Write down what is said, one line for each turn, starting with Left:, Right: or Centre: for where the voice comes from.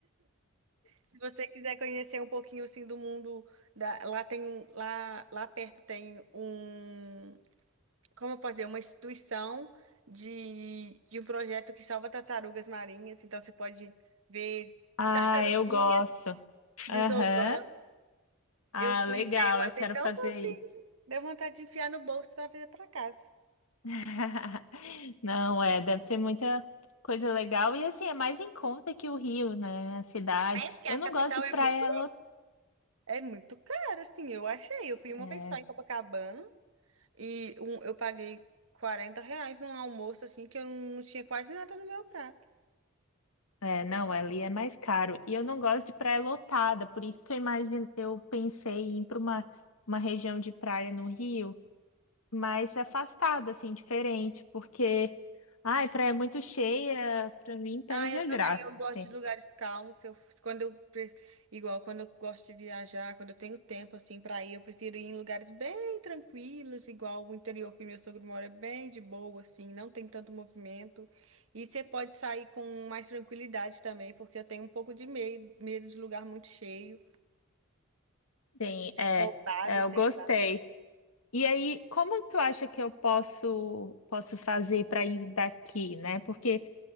Right: Se você quiser conhecer um pouquinho, assim, do mundo, da- lá tem um, lá, lá perto tem um, como eu posso dizer, uma instituição de, de um projeto que salva tartarugas marinhas. Então, você pode ver
Left: Ah,
Right: tartaruguinhas
Left: eu gosto.
Right: desovando.
Left: Aham. Ah,
Right: Eu fui
Left: legal,
Right: ver, eu
Left: eu
Right: achei
Left: quero
Right: tão
Left: fazer isso.
Right: Deu vontade de enfiar no bolso e trazer pra casa.
Left: <laughs> Não, é, deve ter muita coisa legal. E assim, é mais em conta que o Rio, né? A cidade.
Right: É, porque
Left: Eu
Right: a capital
Left: não gosto de praia
Right: é muito.
Left: lotada.
Right: É muito caro, assim, eu achei. Eu fui uma
Left: É,
Right: vez só em Copacabana e um- eu paguei 40 reais num almoço, assim, que eu não tinha quase nada no meu prato.
Left: é, não, ali é mais caro. E eu não gosto de praia lotada, por isso que eu imagino, eu pensei em ir para uma, uma região de praia no Rio. mais afastada, assim, diferente, porque, ai, praia muito cheia, pra mim perde
Right: Ah, eu
Left: a
Right: também,
Left: graça,
Right: eu gosto
Left: assim.
Right: de lugares calmos. Eu, quando eu, pre- igual, quando eu gosto de viajar, quando eu tenho tempo assim pra ir, eu prefiro ir em lugares bem tranquilos, igual o interior que meu sogro mora é bem de boa assim, não tem tanto movimento. E você pode sair com mais tranquilidade também, porque eu tenho um pouco de medo, medo de lugar muito cheio,
Left: Sim,
Right: de ser
Left: é,
Right: roubada,
Left: é,
Right: sei.
Left: eu gostei.
Right: lá.
Left: E aí, como tu acha que eu posso posso fazer para ir daqui, né? Porque